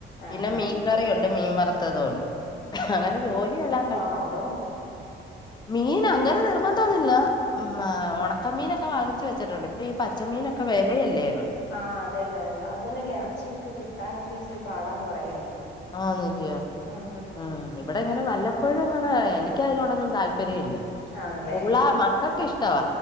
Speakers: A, on the left; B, on the left.
A: ആഹ്
B: പിന്നെ
A: ആഹ്
B: മീൻകറിയുണ്ട് മീൻ വറുത്തതും ഉണ്ട്. അങ്ങനെ ജോലിയെല്ലാം കഴി
A: ആതോ
B: മീൻ അങ്ങനെ നിർബന്ധൊന്നില്ല. മ ഉണക്കമീനൊക്കെ വാങ്ങിച്ച് വെച്ചിട്ടുണ്ട് ഇപ്പൊ ഈ പച്ചമീനൊക്കെ വെലയല്ലേന്ന്.
A: ആഹ് അതെ അതെ അതെ അതന്നെല്ലേ എറച്ചിയൊക്കെ കിട്ടാനൊക്കെ ഇച്ചിരി പാടാന്ന് പറയുന്നെ കേട്ടു.
B: ആന്നില്ലിയോ.
A: ഉം ഉം ഉം
B: ആഹ് ഇവടെ ഇങ്ങനെ വല്ലപ്പോഴും ഇങ്ങനെ എനിക്ക് അതിനോടങ്ങും താല്പര്യം ഇല്ല.
A: ആണല്ലേ
B: പുള്ളാ മക്കക്ക്‌ ഇഷ്ടവാ.